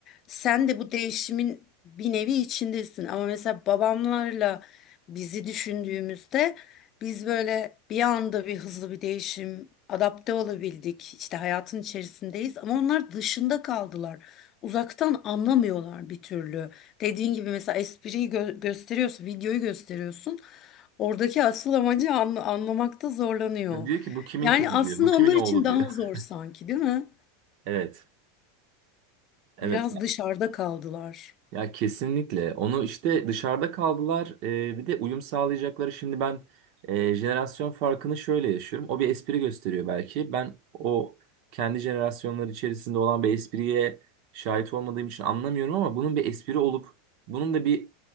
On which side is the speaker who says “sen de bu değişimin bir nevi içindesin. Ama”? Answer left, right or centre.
Left